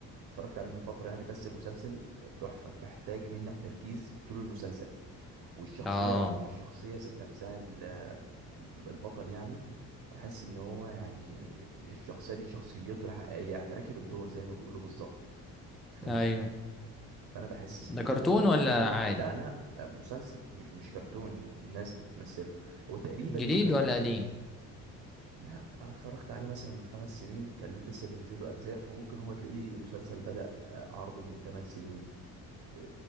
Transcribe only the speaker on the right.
اتفرجت عليه من فترة يعني بس المسلسل تحفة محتاج منك تركيز طول المسلسل والشخصية
الشخصية ذات نفسها ال- ال- البطل يعني تحس ان هو يعني الشخصية دي شخصيته الحقيقية يعني راكب الدور زي ما بيقولوا بالظبط ف...
فانا بحس
ان
لا لا آه، مسلسل مش مش كرتون الناس بتمثله هو تقريبا له
كرت...
لا انا اتفرجت عليه مثلا من خمس سنين كان لسه بينزل له اجزاء فممكن هو تلاقيه المسلسل بدأ آه، عرضه من 8 سنين ب-